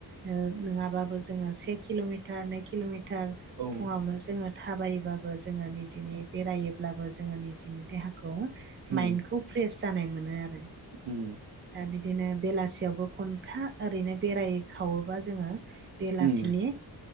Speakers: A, on the right (about 30°); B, on the right (about 75°).
A: ओ नङाबाबो जोङो से किल'मिटार नै किल'मिट थार
B: औ
A: फुङावनो जोङो थाबायोबाबो जोङो निजिनि बेरायोब्लाबो ज जोङो निजेनि देहाखौ
B: उम
A: माइन्न्दखौ फ्रेस जानाय मोनो आरो
B: उम
A: दा बिदिनो बेलासियावबो खनफा ओरैनो बेराय खावोबा जोङो बेलासिनि
B: उम